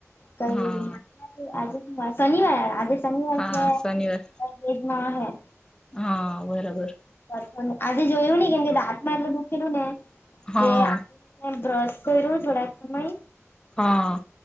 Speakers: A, on the left (about 45°); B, on the left (about 15°).
A: કઈ
B: હા
A: આજે શનિવાર? આજે શનિવાર
B: હા
A: એટલે
B: શનિવાર
A: એક ના, હૈ.
B: હા બરાબર.
A: <unintelligible> આજે જોયું નહીં કેમ કે રાાત માં એટલે દુખેલું ને
B: હા
A: કે <unintelligible> એમ બ્રશ કર્યું થોડાક સમય.
B: હા.